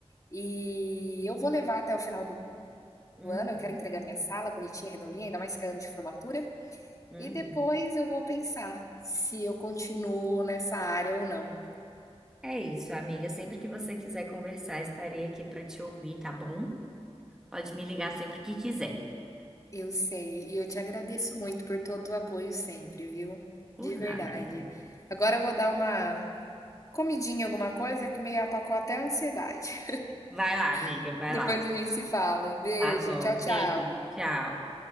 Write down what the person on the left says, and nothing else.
e eu vou levar até o final do
ano, eu quero entregar minha sala bonitinha, redondinha, ainda mais que é ano de formatura,
e depois eu vou pensar se eu continuo nessa área ou não.
Eu sei, e eu te agradeço muito por todo o apoio sempre, viu?
De verdade.
Agora eu vou dar uma comidinha, alguma coisa que me atacou até a ansiedade.
<laughs>
Depois
a gente se fala. Beijo,
tchau, tchau.